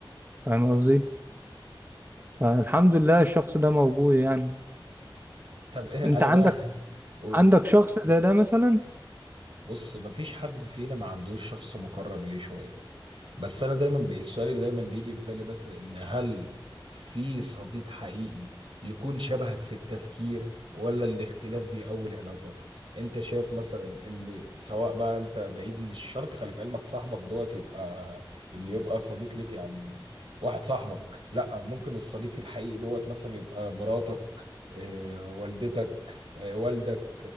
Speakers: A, on the right; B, on the right.
A: فاهم قصدي؟ فالحمد لله الشخص ده موجود يعني
B: طب إيه
A: أنت
B: أنا
A: عندك
B: بقى <laughs> قول
A: عندك شخص زي ده مثلا
B: بص مفيش حد فينا ما عندوش شخص مقرب ليه شوية بس انا دايما بي- السؤال اللي دايما بيجي في بالي بس ان هل في صديق حقيقي يكون شبهك في التفكير ولا الاختلاف بيقوي العلاقة انت شايف مثلا ان سواء بقى انت بعيد مش شرط خلي في علمك صاحبك دوت يبقى ان يبقى صديق ليك يعني واحد صاحبك لا ممكن الصديق الحقيقي دوت مثلا يبقى مراتك آه، والدتك آه، والدك